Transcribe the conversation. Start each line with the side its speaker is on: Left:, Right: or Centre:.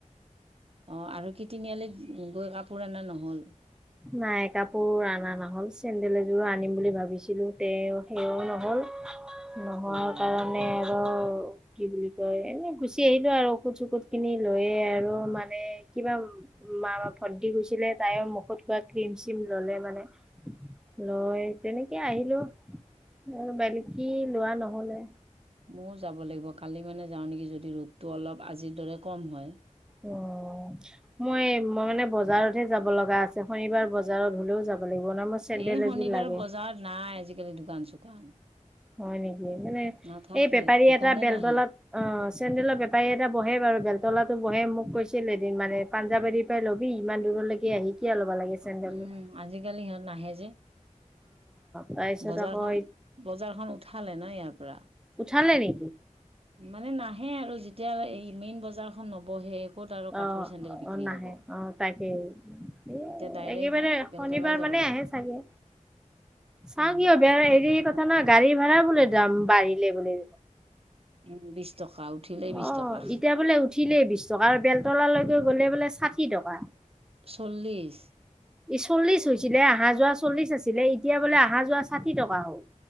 Right: অ', আৰু কি তিনিআলিত গৈ কাপোৰ অনা নহ'ল?
Centre: নাই কাপোৰ অনা নহল, চেণ্ডেল এযোৰো আনিম বুলি ভাবিছিলো তেও, সেও নহল। নোহোৱাৰ
Right: অঁ
Centre: কাৰণে আৰু কি বুলি কয় এনে গুচি আহিলো আৰু ঔষুধ চকুধ খিনি লৈয়ে আৰু মানে কিবা মা বা ভণ্টি গৈছিলে তাইৰ মুখত লোৱা ক্ৰীম চিম ললে মানে, লৈ তেনেকে আহিলো। আৰু বাল কি লোৱা নহলে।
Right: মইও যাব লাগিব কালি মানে যাওঁ নেকি যদি ৰ'দটো অলপ আজিৰ দৰে কম হয়।
Centre: অ'। মই, মই মানে বজাৰত হে যাব লগা আছে, শনিবাৰ বজাৰত হলেও যাব লাগিব ন মই চেন্দেল
Right: এই
Centre: এযোৰ
Right: শনিবাৰ
Centre: লাগে
Right: বজাৰত নাই আজিকালি দোকান চোকান।
Centre: হয় নেকি, মানে
Right: নাথাকে
Centre: এই বেপাৰী
Right: দোকানে
Centre: এটা বেলতলত
Right: নাহে
Centre: অ', চেন্দেলৰ বেপাৰী এটা বহে বাৰু বেল তলাটো বহে মোক কৈছিল এদিন মানে, পাঞ্জাবাৰি পৰা লবি ইমান দূৰলৈকে আহি কিয় ল'বা লাগে চেন্দেল।
Right: উম,
Centre: অ',
Right: আজিকালি সিহঁত নাহে যে
Centre: তাৰপিছত
Right: বজাৰখন
Centre: আকৌ
Right: বজাৰখন উঠালে ন ইয়াৰ পৰা?
Centre: উঠালে নি?
Right: মানে নাহে আৰু যেতিয়া এই মেইন বজাৰখন নবহে। ক'ত আৰু
Centre: অ',
Right: কাপোৰ চেন্দেল বিক্ৰী
Centre: নাহে
Right: হ'ব।
Centre: অ', তাকে। এ,
Right: এতিয়া ডাইৰেক্ট
Centre: একেবাৰে
Right: বেলতলাই
Centre: শনিবাৰ
Right: যাব
Centre: মানে
Right: লাগে
Centre: আহে চাগে। চাওঁ
Right: উম।
Centre: কি হৈ <unintelligible> হেৰি কথা ন গাড়ী ভাড়া বোলে দাম বাঢ়িলে বোলে।
Right: উম বিশ টকা উঠিলেই বিশ
Centre: অ',
Right: টকা
Centre: এতিয়া বোলে উঠিলেই বিশ টকাৰ বেল তলালৈকৈ গলে বোলে সাঠি টকা।
Right: চল্লিছ।
Centre: চল্লিশ হৈছিলে আহা যোৱা চল্লিশ আছিলে এতিয়া বোলে আহা যোৱা সাঠি টকা হ'ল।